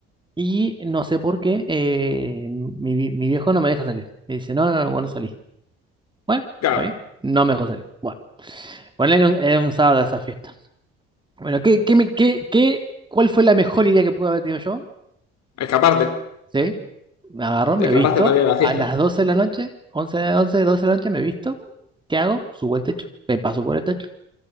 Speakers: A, on the right; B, on the left.
A: Y no sé por qué, eh, mi, vi- mi viejo no me deja salir. Me dice, no, no, no, vos no salís. Bueno,
B: Claro,
A: está bien. No me dejó salir. Bueno, bueno, era un, era un sábado esa fiesta. Bueno, ¿qué, qué, me- qué, qué- cuál fue la mejor idea que pude haber tenido yo?
B: escaparte.
A: Sí, me agarro, me
B: Te escapaste
A: visto.
B: para ir a la
A: A
B: fiesta.
A: las 12 de la noche, 11 de la noche, 12 de la noche, me visto. ¿Qué hago? Subo al techo, me paso por el techo